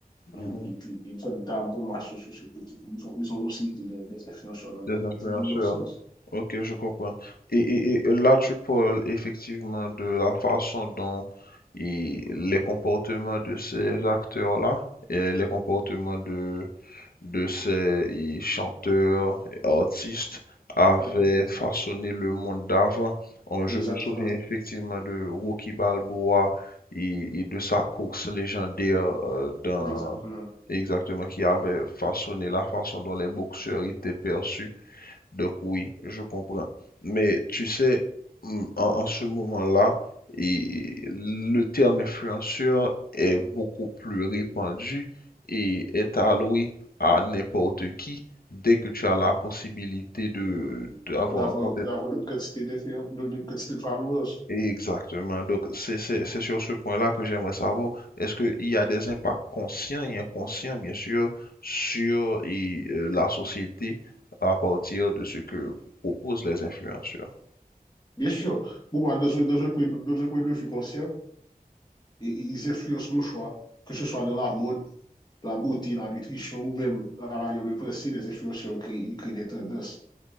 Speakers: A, on the left; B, on the left.
A: et,
B: mhm. mhm.
A: et, et, et Van Damme, pour moi, ce- ce- ce- ils ont, ils ont aussi été des, des influenceurs dans leur,
B: Des influenceurs.
A: dans leur sens.
B: Ok, je comprends. Et, et- et- là, tu parles effectivement de la façon dont et les comportements de ces acteurs-là et les comportements de, de ces et, chanteurs et artistes avaient
A: Mhm.
B: façonné le monde d'avant. Euh, Je
A: Exactement.
B: me souviens effectivement de Rocky Balboa et, et de sa course légendaire euh, dans,
A: Exactement.
B: exactement, qui avait façonné la façon dont les boxeurs étaient perçus donc oui, je comprends. Mais tu sais, mm, en, en ce moment-là, et le terme influenceur est beaucoup plus répandu et est alloué à n'importe qui dès que tu as la possibilité de d'avoir
A: D'avoir
B: un compte.
A: d'avoir une quantité d'influence, une quantité de followers.
B: Exactement. Donc c'est c'est- c'est sur ce point-là que j'aimerais savoir, est-ce qu'il y a des impacts conscients et inconscients, bien sûr, sur et, euh, la société à partir de ce que proposent les influenceurs?
A: Bien sûr. bon moi, dans un, dans un point de, dans un point de vue conscient, i- i- ils influencent nos choix, que ce soit dans la mode, la beauté, la nutrition ou même la manière de penser, les influenceurs créent, ils créent des tendances.